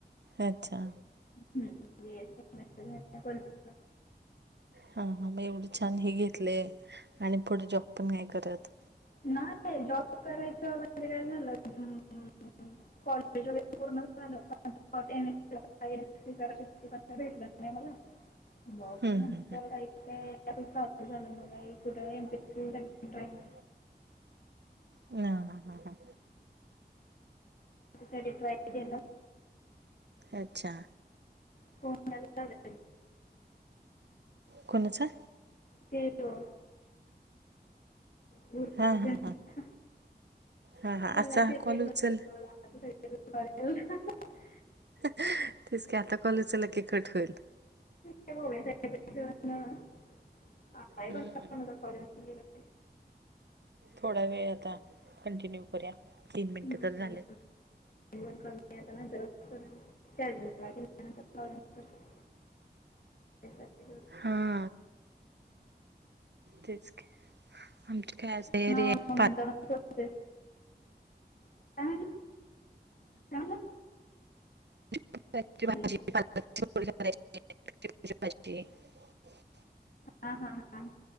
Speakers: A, on the right; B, on the left.
A: अच्छा.
B: हम्म बी एस सी सेमिस्टर झाल्या. <unintelligible>
A: हा म एवढं छान हे घेतलेय आणि पुढे जॉब पण नाय करत.
B: नाय जॉब करायचा म म्हणजे काय झालं हम्म हम्म कॉलेज वगैरे झालं. <unintelligible> <unintelligible> मग
A: हम्म
B: नंतर
A: हम्म हम्म.
B: काही <unintelligible>
A: <inaudible>
B: मग कुठं एम पी एस साठी ट्राय
A: ना हा हा हा.
B: कधी ट्राय केलं?
A: अच्छा.
B: <unintelligible>
A: कोणाचा
B: ते यो गुरु
A: हा
B: त्यांचा
A: हा हा. हा हा
B: बघा
A: असा
B: शिवाय
A: कॉल
B: कुणाचं
A: उचल.
B: कळलं आता <unintelligible>
A: तेच की आता कॉल उचलला कि कट होईल.
B: <unintelligible> ठेवून आहे
A: हम्म.
B: <unintelligible>
A: थोडा वेळ आता कंटिन्यू करूया तीन मिनटं
B: हम्म,
A: तर झालेत.
B: पण कमी आहे आता नंतर <unintelligible> करून वगैरे करते.
A: हा. तेच की आमच काय असं एरिया
B: हा म्हणून
A: पा
B: त्याला प्रोसेस काय म्हणलं काय म्हणलं
A: <unintelligible>
B: हॅलो हा हा हा.